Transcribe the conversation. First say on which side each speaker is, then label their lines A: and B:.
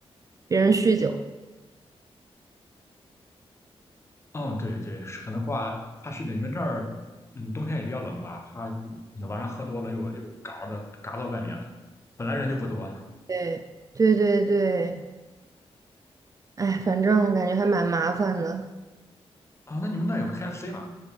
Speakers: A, on the right; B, on the left.
A: 别人酗酒。
B: 嗯，对对，是可能话怕是的，你们这儿嗯冬天也比较冷吧？怕晚上喝多了又又嘎的嘎到外面了，本来人就不多啊。
A: 对对对对对，哎，反正感觉还蛮麻烦的。
B: 那你们那儿有 KFC 吗？